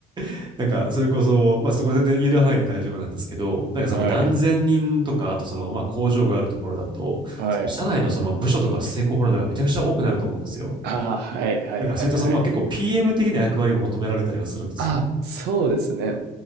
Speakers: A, on the right (about 25°); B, on the right (about 80°).
A: <laughs> なんか、それこそ、まあ、そこれ全然言える範囲で大丈夫なんですけど、なんかその何千人とか、
B: はい。
A: あとその、まあ、工場があるところだと、
B: はい。
A: その社内のその部署とかステークホルダーがめちゃくちゃ多くなると思うんですよ。
B: ああ、はいはいはいはい。
A: だからそういったそのまあ結構 PM 的な役割も求められたりはするんです。
B: あ、そうですね。